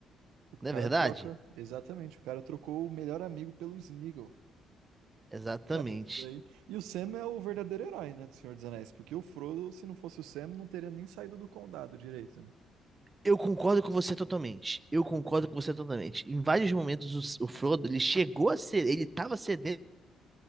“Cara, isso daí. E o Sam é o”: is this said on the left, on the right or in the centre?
Right